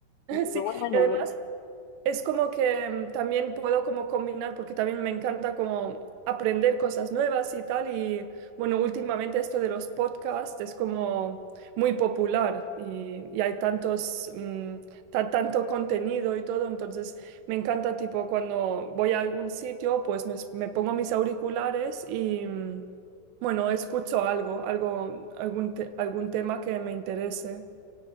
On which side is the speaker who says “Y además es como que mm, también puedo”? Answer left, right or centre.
Right